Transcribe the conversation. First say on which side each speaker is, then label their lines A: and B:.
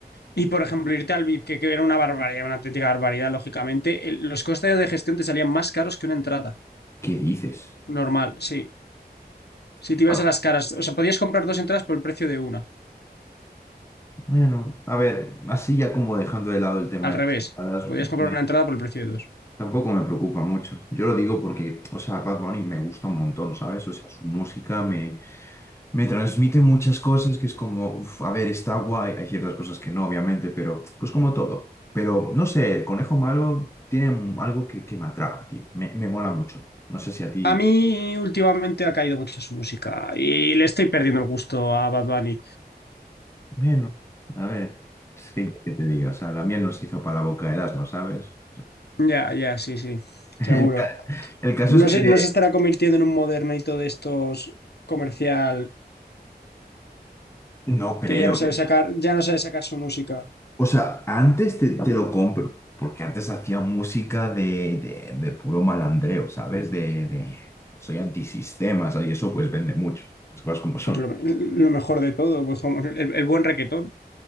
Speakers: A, on the left (about 75°); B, on the left (about 15°).
A: y, por ejemplo, irte al VIP, que, que era una barbaridad, una auténtica barbaridad, lógicamente, el- los costes de gestión te salían más caros que una entrada
B: ¿qué dices?
A: normal, sí. Si te
B: Bueno,
A: ibas a las caras, o sea, podías comprar dos entradas por el precio de una.
B: bueno, a ver, así ya como dejando de lado el tema
A: Al revés,
B: de las entradas,
A: podías comprar
B: me-
A: una entrada por el precio de dos.
B: tampoco me preocupa mucho. Yo lo digo porque, o sea, Bad Bunny me gusta un montón, ¿sabes? O sea, su música me, Me transmite muchas cosas que es como, uf, a ver, está guay. Hay ciertas cosas que no, obviamente, pero pues como todo. Pero no sé, el conejo malo tiene un- algo que, que me atrapa, tío. Me, me mola mucho. No sé si a ti.
A: A mí últimamente ha caído mucho su música y le estoy perdiendo el gusto a Bad Bunny.
B: Bueno, a ver, es que, ¿qué te digo? O sea, la miel nos hizo para la boca de ¿no sabes? <laughs>
A: Ya, ya, sí, sí,
B: El,
A: seguro.
B: ca- el caso
A: No
B: es que
A: se, no se estará convirtiendo en un modernito de estos comercial
B: no creo,
A: que ya no sabe
B: ¿eh?
A: sacar, ya no sabe sacar su música.
B: O sea, antes te, te lo compro, porque antes hacía música de, de- de puro malandreo, ¿sabes? De, de soy antisistema, ¿sabes? Y eso pues vende mucho, las cosas como son.
A: Pues lo, lo mejor de todo, pues como el, el buen requetón.